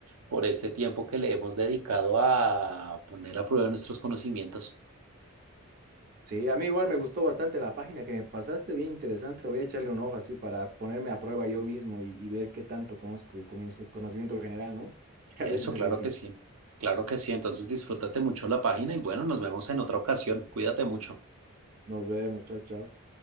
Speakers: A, on the right; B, on the right.
A: por este tiempo que le hemos dedicado a poner a prueba nuestros conocimientos.
B: Sí, a mí igual me gustó bastante la página que me pasaste, bien interesante. Voy a echarle un ojo así para ponerme a prueba yo mismo y, y ver qué tanto conozco el conoci- conocimiento general, ¿no? <laughs> Que
A: Eso,
B: a veces es
A: claro
B: útil.
A: que sí. Claro que sí. Entonces disfrútate mucho la página y bueno, nos vemos en otra ocasión. Cuídate mucho.
B: Nos vemos, chao, chao.